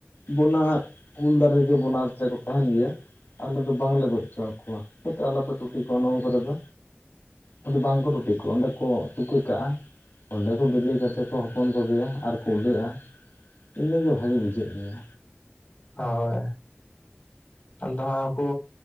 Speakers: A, on the left; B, on the left.
A: ᱵᱚᱱᱟ ᱩᱞ ᱫᱟᱨᱮ ᱨᱮᱜᱮ ᱵᱚᱱᱟ ᱪᱮᱸᱬᱮ ᱠᱚ ᱛᱟᱦᱮᱱ ᱜᱮᱭᱟ᱾ ᱟᱞᱮ ᱫᱚ ᱵᱟᱝᱞᱮ ᱜᱚᱡ ᱦᱚᱸᱪᱚᱭᱟᱠᱚᱣᱟ ᱦᱟᱴ ᱟᱞᱚᱯᱮ ᱴᱩᱴᱤ ᱠᱚᱣᱟ ᱱᱚᱣᱟ ᱠᱚᱨᱮ ᱫᱚ᱾ ᱟᱫᱚ ᱵᱟᱝ ᱠᱚ ᱴᱩᱴᱤ, ᱚᱸᱰᱮ ᱠᱚ ᱛᱩᱠᱟᱹ ᱠᱟᱜᱼᱟ ᱚᱸᱰᱮ ᱠᱚ ᱵᱤᱞᱤ ᱠᱟᱛᱮ ᱠᱚ ᱦᱚᱯᱚᱱ ᱠᱚᱜᱮᱭᱟ ᱟᱨᱠᱚ ᱩᱰᱟᱹᱜᱼᱟ᱾ ᱤᱱᱟᱹᱜᱮ ᱵᱷᱟᱜᱮ ᱵᱩᱡᱷᱟᱹᱜ ᱜᱮᱭᱟ᱾
B: ᱦᱳᱭ, ᱟᱫᱚ ᱟᱸᱜᱠᱩ